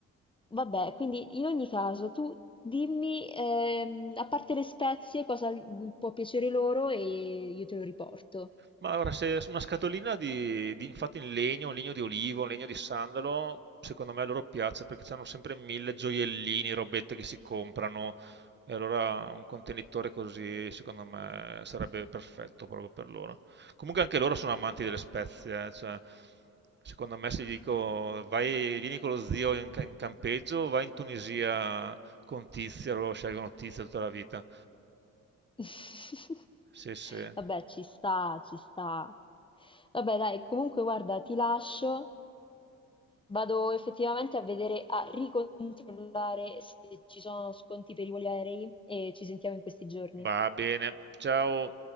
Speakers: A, on the left (about 15°); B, on the right (about 35°).
A: Vabbè, quindi in ogni caso tu dimmi, ehm, a parte le spezie, cosa l- può piacere loro e io te lo riporto.
B: Ma allora, se una scatolina di, di- infatti in legno, un legno di olivo, un legno di sandalo, secondo me a loro piace perché hanno sempre mille gioiellini, robette che si comprano. E allora un contenitore così, secondo me, sarebbe perfetto proprio per loro. Comunque anche loro sono amanti delle spezie, eh, cioè, secondo me se gli dico vai, vieni con lo zio in, ca- in campeggio, vai in Tunisia con Tizia, loro scelgono Tizia tutta la vita.
A: <laughs>
B: Sì, sì.
A: Vabbè, ci sta, ci sta. Vabbè, dai, comunque guarda, ti lascio. Vado effettivamente a vedere, a ricontrollare se ci sono sconti per i voli aerei e ci sentiamo in questi giorni.
B: Va bene. Ciao.